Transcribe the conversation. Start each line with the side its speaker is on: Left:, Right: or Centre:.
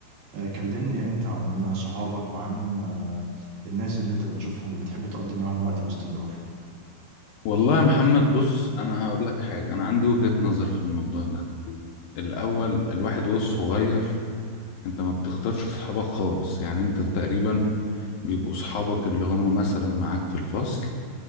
Right: آه، كلمني انت عن صحابك وعن آه، الناس اللي انت بتشوفهم وبتحب تقضي معاهم وقت باستمرار
Left: والله يا محمد بص انا هقول لك حاجة انا عندي وجهة نظر في الموضوع ده الاول الواحد وهو صغير انت ما بتختارش صحابك خالص يعني انت تقريبا بيبقوا صحابك اللي هم مثلا معاك في الفصل